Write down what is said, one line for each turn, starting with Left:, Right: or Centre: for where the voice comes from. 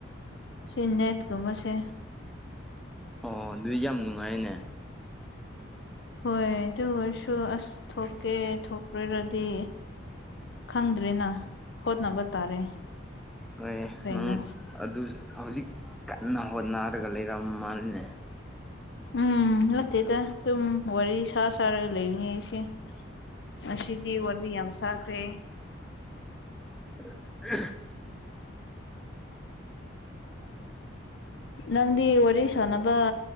Left: ꯁꯤ ꯅꯦꯠꯒꯨꯝꯕꯁꯦ
Centre: ꯑꯣ ꯑꯗꯨ ꯌꯥꯝ ꯅꯨꯡꯉꯥꯏꯌꯦꯅꯦ
Left: ꯍꯣꯏ ꯑꯗꯨ ꯑꯣꯏꯔꯁꯨ ꯑꯁ ꯊꯣꯛꯀꯦ ꯊꯣꯛꯄꯔꯗꯤ ꯈꯪꯗ꯭ꯔꯦꯅ ꯍꯣꯠꯅꯕ ꯇꯥꯔꯦ
Centre: ꯍꯣꯏ
Left: ꯀꯩꯅꯣ
Centre: ꯅꯪ ꯑꯗꯨ ꯍꯧꯖꯤꯛ ꯀꯟꯅ ꯍꯣꯠꯅꯔꯒ ꯂꯩꯔꯝ ꯃꯥꯜꯜꯂꯤꯅꯦ
Left: ꯎꯝ ꯅꯠꯇꯦꯗ ꯑꯗꯨꯝ ꯋꯥꯔꯤ ꯁꯥ ꯁꯥꯔꯒ ꯂꯩꯕꯅꯦ ꯑꯩꯁꯦ ꯉꯁꯤꯗꯤ ꯋꯥꯔꯤ ꯌꯥꯝ ꯁꯥꯈ꯭ꯔꯦ
Centre: <unintelligible>
Left: ꯅꯪꯗꯤ ꯋꯥꯔꯤ ꯁꯥꯅꯕ